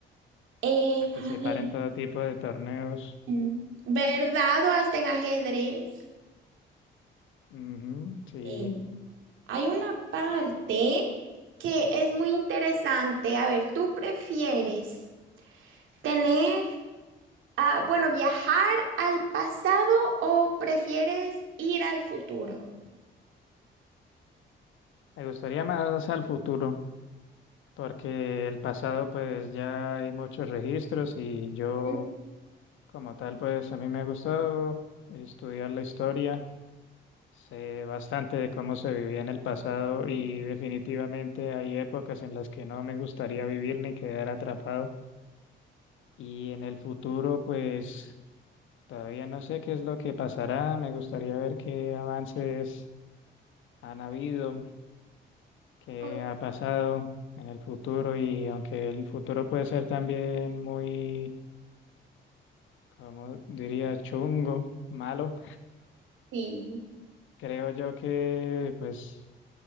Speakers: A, on the right; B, on the left.
A: Eh,
B: participar
A: a ver,
B: en todo tipo de torneos.
A: mm, ¿verdad o hasta en ajedrez?
B: Ujú, sí,
A: Eh, hay una parte que es muy interesante. A ver, ¿tú prefieres tener Ah, bueno, ¿viajar al pasado o prefieres ir al futuro?
B: me gustaría más al futuro, porque el pasado pues ya hay muchos registros y yo
A: Mm,
B: como tal pues a mí me ha gustado estudiar la historia. Sé bastante de cómo se vivía en el pasado y definitivamente hay épocas en las que no me gustaría vivir ni quedar atrapado. Y en el futuro, pues todavía no sé qué es lo que pasará. Me gustaría ver qué avances han habido, qué
A: Ok.
B: ha pasado en el futuro y aunque el futuro puede ser también muy, como diría, chungo, malo,
A: Sí.
B: creo yo que pues